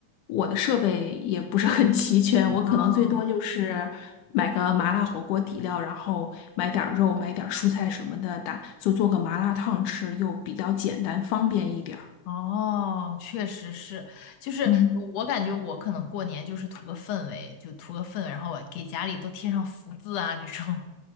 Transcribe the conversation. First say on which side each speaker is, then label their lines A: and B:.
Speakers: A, on the left; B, on the left.
A: 我的设备也不是很齐全，我可能最多就是买个麻辣火锅底料，
B: 哦
A: 然后买点儿肉，买点儿蔬菜什么的打，就做个麻辣烫吃，又比较简单方便一点儿。
B: 哦，确实是，就是我感觉我可能过年就是图个氛围，
A: 嗯。
B: 就图个氛围，然后我给家里都贴上福字啊这种。